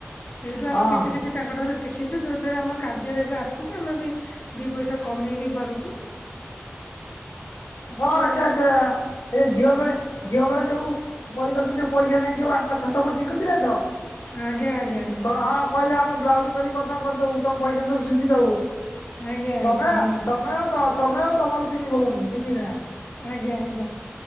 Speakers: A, on the left; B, on the left.
A: ସେଇଠୁ
B: ହଁ
A: ଆମେ କିଛି କିଛି ତାଙ୍କ ଠାରୁ ଶିଖିଛୁ ଯୋଉଥିରେ ଆମ କାର୍ଯ୍ୟରେ ଏବେ ଆସୁଛି ଆମେ ବି ଦି ପଇସା କମେଇ ବି ପାରୁଛୁ।
B: ହଁ,
A: ଟିକେ
B: ଆଚ୍ଛା! ଆଚ୍ଛା! ଏ ଝିଅ ବଳେ ଝିଅ ବେଳେ ଯୋଉ
A: <unintelligible>
B: କତିରୁ ପଇସା ନେଇ ଯୋଉ ଆଙ୍କ ଛାତ ଉପରେ ଶିଖଉଥିଲେ ତ।
A: ଆଜ୍ଞା ଆଜ୍ଞା ଆଜ୍ଞା
B: ହଁ ହଁ। କହିଲେ ଆମେ ବ୍ଲାଉଜ କରି କଥା କରିଦବୁ ତମ ପଇସା ସବୁ ସୁଝି ଦବୁ
A: ଆଜ୍ଞା ଆଜ୍ଞା
B: ତମେ
A: ହଁ
B: ତମେ ଆଉ ହଁ, ତମେ ଆଉ ତମର ତିନି ଭଉଣୀ ମିଶିବା।
A: ଆଜ୍ଞା! ଆଜ୍ଞା!